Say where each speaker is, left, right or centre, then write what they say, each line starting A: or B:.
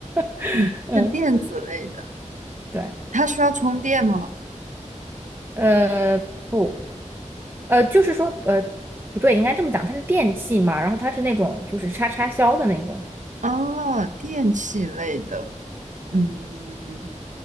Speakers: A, on the right; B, on the right.
A: <laughs>
B: 嗯，
A: 嗯，
B: 是电子类的，
A: 对，
B: 它需要充电吗？
A: 呃，不。呃，就是说，呃，不对，应该这么讲，它是电器嘛，然后它是那种就是插插销的那种，
B: 哦，电器类的，嗯，嗯，嗯